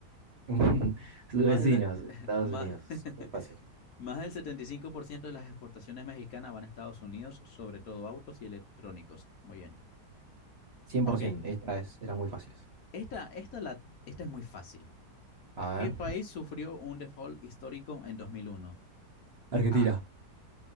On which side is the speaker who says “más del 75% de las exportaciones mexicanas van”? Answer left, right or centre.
Left